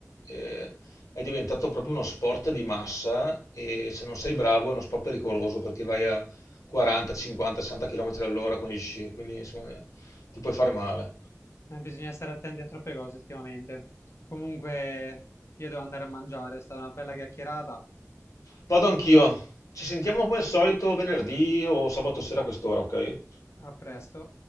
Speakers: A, on the left (about 80°); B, on the left (about 55°).
A: eh, è diventato proprio uno sport di massa e se non sei bravo è uno sport pericoloso perché vai a 40, 50, 60 km all'ora con gli sci, quindi insomma eh, ti puoi fare male.
B: Eh, bisogna stare attenti a troppe cose ultimamente. Comunque, io devo andare a mangiare, è stata una bella chiacchierata.
A: Vado anch'io. Ci sentiamo come al solito venerdì o sabato sera a quest'ora, ok?
B: A presto.